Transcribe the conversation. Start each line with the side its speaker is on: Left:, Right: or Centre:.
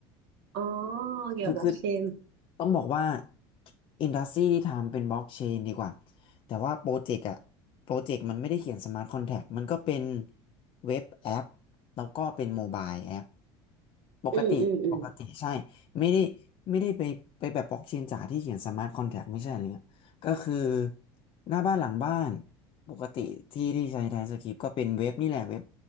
Right: อ๋อเกี่ยวกับบล็อกเชน
Left: คือคือต้องบอกว่าอินดัสทรีที่ทำเป็นบล็อกเชนดีกว่าแต่ว่าโปรเจกต์อะโปรเจกต์มันไม่ได้เขียนสมาร์ทคอนแท็กมันก็เป็นเว็บแอปแล้วก็เป็นโมบายแอปปกติปกติใช่
Right: อืมอืมอืม
Left: ไม่ได้ไม่ได้ไปไปแบบบล็อกเชนจ๋าที่เขียนสมาร์ทคอนแท็กไม่ใช่อะไรเงี้ยก็คือหน้าบ้านหลังบ้านปกติที่ที่ใช้ไทยสคริปต์ก็เป็นเว็บนี่แหละเว็บ